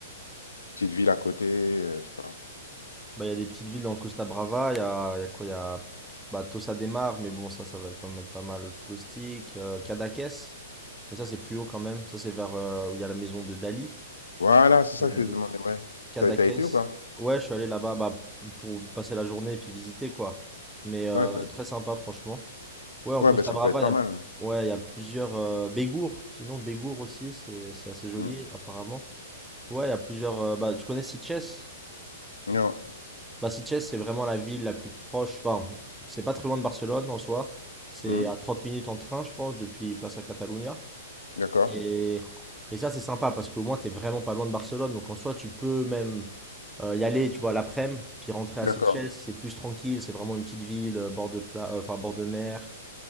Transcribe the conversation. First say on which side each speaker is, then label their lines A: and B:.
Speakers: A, on the left; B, in the centre.
A: Petite ville à côté, euh, je sais pas.
B: Bah, il y a des petites villes dans Costa Brava, il y a, il y a quoi? Il y a pff, bah, Tossa de Mar, mais bon, ça, ça va quand même être pas mal touristique. Euh, Cadaqués, mais ça, c'est plus haut quand même. Ça, c'est vers euh, où il y a la maison de Dali.
A: Voilà, c'est ça
B: Euh,
A: que
B: la
A: je
B: ville.
A: vais te demander, ouais.
B: Cadaqués.
A: T'as, t'as été ou pas? Ok.
B: Ouais, je suis allé là-bas bah, pour passer la journée et puis visiter, quoi. Mais euh,
A: Ouais, t'as-
B: très sympa, franchement. Ouais, en
A: ouais,
B: Costa
A: ben ça
B: Brava,
A: peut être pas
B: il y a,
A: mal.
B: ouais, il y a plusieurs. euh, Bégour, sinon, Bégour aussi, c'est c'est assez joli,
A: Hmm.
B: apparemment. Ouais, il y a plusieurs. euh, bah, tu connais Sitges?
A: Non.
B: Basiches, c'est vraiment la ville la plus proche. Enfin, c'est pas très loin de Barcelone en soi. C'est
A: Hmm.
B: à 30 minutes en train, je pense, depuis Plaza Catalunya.
A: D'accord.
B: Et, et ça, c'est sympa parce qu'au moins, t'es vraiment pas loin de Barcelone. Donc en soi, tu peux même euh, y aller, tu vois, l'après-midi, puis rentrer à
A: D'accord.
B: Sitges. C'est plus tranquille. C'est vraiment une petite ville, euh, bord de, pla- euh, enfin, bord de mer.